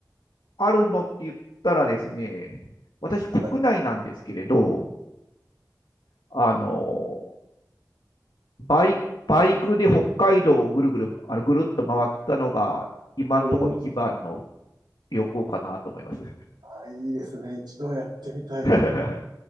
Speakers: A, on the left; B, on the right.
A: あるのって言ったらですね、私、国内なんですけれど、
B: はい。
A: あの、バイ、バイクで北海道をぐるぐる、あのぐるっと回ったのが、今のところ一番の
B: お
A: 旅行かなと思います。
B: あいいですね。一度やってみたい。
A: <laughs>